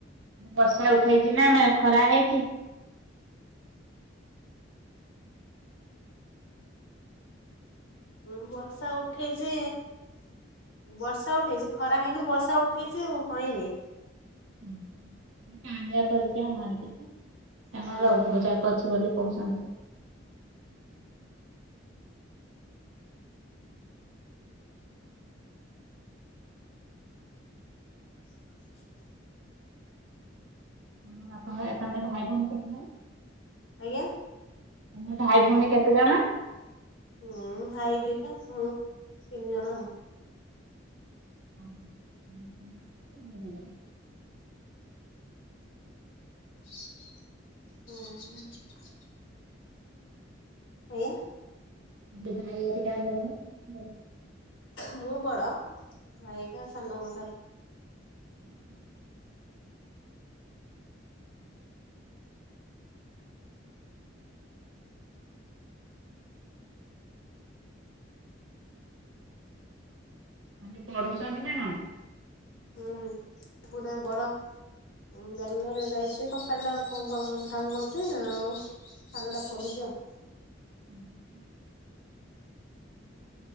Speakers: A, on the right (about 85°); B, on the left (about 80°).
A: ବର୍ଷା ଉଠେଇଚି ନା ନା ଖରା ହେଇଚି?
B: ଉଁ ବର୍ଷା ଉଠେଇଚି। ବର୍ଷା ଉଠେଇଚି ଖରା ହେଇନି ବର୍ଷା ଉଠେଇଚି ଆଉ ହଇନି।
A: ଉଁହୁଁ ଉଁ। ଇଏ କରିଚି ଆମ ଆଡେ ଟିକେ କଣ
B: ହଁ
A: ରଘୁଚାପ ଅଛି ବୋଲି କୋହୁଚନ୍ତି ତ।
B: <unintelligible>
A: ହଁ ବାପା, ମାଆ ଆଉ ତମେ ଭାଇ, ଭୋଉଣୀ କେତେ ଜଣ?
B: ଆଜ୍ଞା?
A: ତମେ ଭାଇ ଭୋଉଣୀ କେତେଜଣ?
B: ହୁଁ ଭାଇ ଦିଇଟା ମୁଁ ତିନି ଜଣ ଆଉ।
A: ଓହୋ। <inaudible> ହଁ ଦିଇ ଜଣ।
B: ଓହୋ। ଆଜ୍ଞା।
A: <unintelligible>
B: ମୁଁ ବଡ ଭାଇ ହେଇକା ସାନ ମୋ ଠାରୁ।
A: ହୁଁ। <inaudible> ମାନେ ପଢୁଛନ୍ତି ନା କଣ?
B: ହୁଁ ଥୁ ନା ବଡ଼। ବାଙ୍ଗାଲୋରରେ ଯାଇଛି କମ୍ପାନୀ କଣ କାମ କରୁଛି ଆଉ। ସାନ ଟା ପଢୁଚି। <unintelligible>
A: ହୁଁ ହଁ ଉ